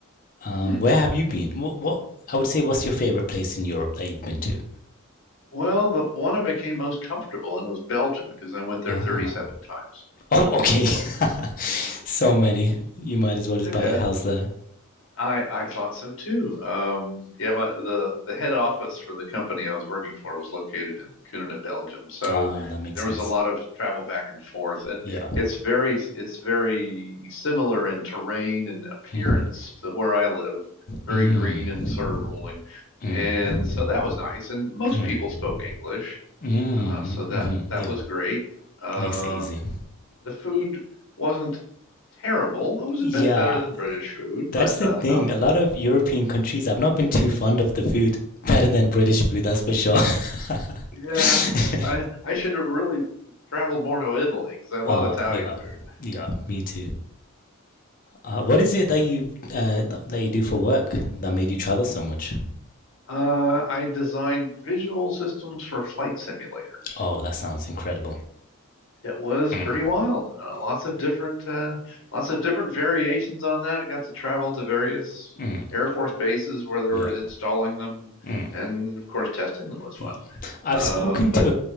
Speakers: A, on the left (about 40°); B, on the left (about 60°).
A: Um,
B: Hmm.
A: where have you been? What, what I would say, what's your favorite place in Europe that you've been to?
B: Well, the one I became most comfortable in was Belgium because I went there
A: Oh.
B: 37 times.
A: Oh, okay. <laughs> so many. You might as well just
B: <laughs>
A: buy
B: Yeah,
A: a house there.
B: I I thought so too. Um, yeah, my, the the head office for the company I was working for was located in Kuninga, Belgium. So
A: Ah, that makes
B: there
A: sense.
B: was a lot of travel back and forth, and
A: Yeah.
B: it's very it's very similar in terrain and appearance
A: Mm-hmm.
B: to where I live. Very
A: Mm.
B: green and sort of rolling,
A: Mm.
B: and so that was nice. And most
A: Mm.
B: people spoke English,
A: Mm.
B: uh, so
A: Mm-hmm.
B: that that
A: Yeah.
B: was great. Uh,
A: Makes it easy.
B: The food wasn't terrible. It was
A: Yeah,
B: a bit better than British food,
A: that's
B: but
A: the
B: uh,
A: thing.
B: not.
A: A lot of European countries, I've not been too fond of the food. <laughs> Better than British food, that's for sure. <laughs>
B: Yeah, I I should have really traveled more to Italy because I love
A: Ah,
B: Italian
A: yeah.
B: food.
A: Yeah, me too. Uh, what is it that you uh, th- that you do for work that made you travel so much?
B: Uh, I designed visual systems for flight simulators.
A: Oh, that sounds incredible.
B: It was
A: Mm,
B: pretty wild. Uh, lots of different uh, lots of different variations on that. I got to travel to various
A: mm,
B: Air Force bases where they
A: yeah.
B: were installing them,
A: Mm.
B: and of course testing them was fun.
A: Yeah. I've
B: Uh,
A: spoken
B: but
A: to a